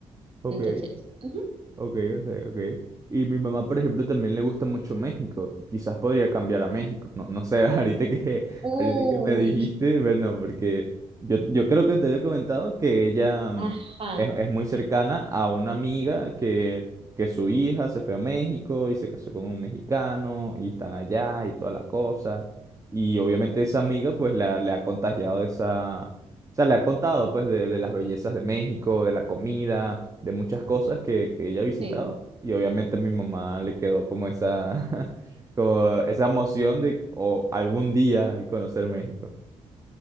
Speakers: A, on the right; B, on the right.
A: Ok.
B: Entonces, ujú.
A: Ok, o sea, ok. Y mi mamá, por ejemplo, también le gusta mucho México. Quizás podría cambiar a México. No, no sé, <laughs> ahorita que,
B: uy,
A: ahorita que me dijiste, bueno, porque yo, yo creo que te había comentado que ella mm,
B: ajá,
A: es, es muy cercana a una amiga que, que su hija se fue a México y se casó con un mexicano y están allá y toda la cosa. Y obviamente esa amiga pues la, le ha contagiado esa... O sea, le ha contado pues de, de las bellezas de México, de la comida de muchas cosas que, que ella ha visitado.
B: sí.
A: Y obviamente a mi mamá le quedó como esa, <laughs> como esa emoción de o algún día conocer México.